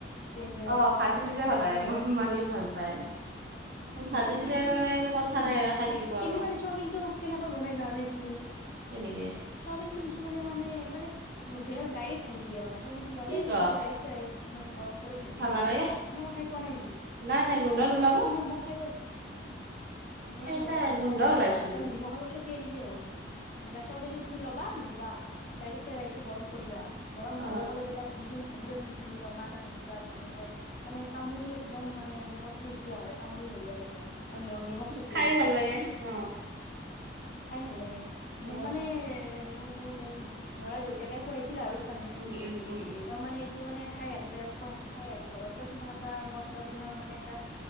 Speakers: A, on the left; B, on the right.
A: পিয়াজেৰে,
B: অ ভাজি দিলে
A: ভাল পায়
B: ম-
A: আৰু।
B: মাৰিও ভাল পায়
A: <inaudible> উম,
B: ভাজি
A: উম,
B: দিলে আৰু মানে আৰু কথা
A: অ,
B: নাই আৰু খাই
A: '
B: থাকিব
A: কিছুমানে
B: আৰু
A: চৱাবিনটো কেনেকৈ বনাই জানানে তুমি?
B: সেনেকে
A: অ' চয়াবিনটো কিছুমানে মানে নোধোৱে মানে ডাইৰেক্ট ভাজি দিয়ে মানে চয়াবিনটো ললে
B: কি ক
A: সেনেকৈ ডাইৰেক্ট কেৰাহীত মানে গৰম কৰি ভাজি
B: ভাল
A: দিয়ে,
B: নালাগে
A: অ' সেনেকোৱা খাই পোৱা নাই নেকি?
B: নাই, নাই গোন্ধ নোলাব
A: অ, ' সেইনে মই খাই পাইছো। নুলাই
B: এ
A: নুলাই
B: তাই গোন্ধ ওলাইচোন
A: কেৱল নিমখ অলপ ছটিয়াই দিলেই হ'ল, নোলাই চয়াবিনটো তুমি ল'ব বাত নুধুবা ডাইৰেক্ট কেৰাহীটো গৰম কৰিবা। গৰম
B: অ
A: হোৱাৰ লগে লগে তাত দি কিনে ভাজিবাচোন তুমি ৰঙাকে ভাজিবা ধুনীয়াকে মানে কামুৰি একদম মানে মচ ছিয়া হয় কামুৰি বঢ়িয়া লাগে মানে নিমখ ছটিয়াই
B: খাইো
A: দিবা।
B: ভাল লাগে অ
A: খাই ভাল লাগে।
B: অ
A: মোক মানে মোৰ দেউ <unintelligible> দেউতাকে খুৱাইছিল আৰু স্বামীয়ে।
B: উম উম উম উম
A: তেওঁ, মানে এইটো মানে খাই আগোতে খোৱা খাই আৰু ঘৰতো তোমাক এটা মছল বিন্নৰ মানে এটা